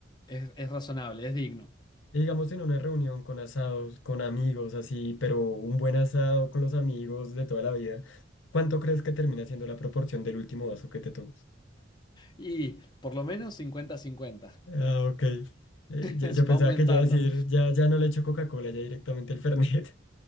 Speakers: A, on the left; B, on the left.
A: es, es razonable, es digno.
B: Y digamos en una reunión con asados, con amigos, así, pero un buen asado con los amigos de toda la vida, ¿cuánto crees que termina siendo la proporción del último vaso que te tomas?
A: Y por lo menos cincuenta-cincuenta
B: Ah,
A: <laughs>
B: ok. Eh, yo,
A: Es-
B: yo pensaba
A: Va aumentando.
B: que ya decir, ya, ya no le echo Coca-Cola, ya directamente el Fernet.